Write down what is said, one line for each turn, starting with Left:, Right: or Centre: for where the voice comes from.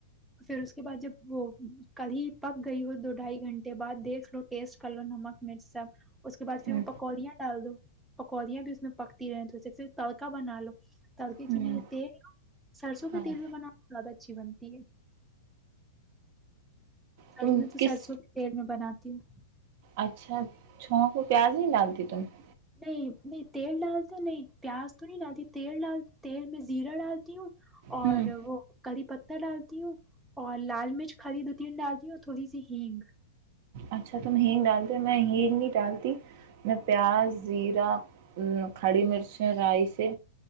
Centre: <unintelligible> پھر اس کے بعد جب وہ کل ہی پک گئی ہو دو ڈھائی گھنٹے بعد دیکھ لو ٹیسٹ کر لو نمک مرچ سب اس کے بعد پھر
Right: ہ
Centre: وہ پکودیاں ڈال دو پکودیاں بھی اس میں پکتی رہ تھ سے پھر تڑکا بنا لو تڑکے
Right: ہ
Centre: کے لیے یہ تیل سرسوں کے
Right: ہاں
Centre: تیل بھی بنانا زیادہ اچھی بنتی ہے <unintelligible> ہ
Right: تم
Centre: س میں تو
Right: کس
Centre: سرسو کی تل <unintelligible> میں بناتی ہوں <unintelligible>
Right: اچھا چھو کو پیاز نہیں ڈالتی تم <unintelligible>
Centre: نہیں نہیں تیل ڈالتا نہیں پیاز تو نہیں ڈالتی تیل ڈال تیل میں زیرہ ڈالتی ہوں <unintelligible> اور
Right: ہوں
Centre: وہ <unintelligible> کری پتہ ڈالتی ہوں اور لال مرچ کھریی دو تین ڈالتی ہوں تھوڑی سی ہینگ <unintelligible>
Right: اچھا تم ہینگ ڈالتے ہو میں ہینگ نہیں ڈالتی میں پیاز زیرہ کھڑی مرچ رائی سے